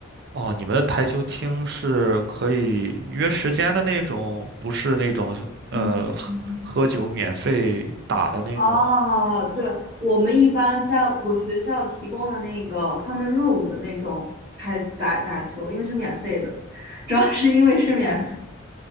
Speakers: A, on the right; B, on the right.
A: 哦，你们的台球厅是可以约时间的那种，不是那种呃喝喝酒免费打的那种。
B: 嗯嗯嗯。哦，对，我们一般在我学校提供的那个 common room 的那种还打打球，因为是免费的，主要是因为是免费，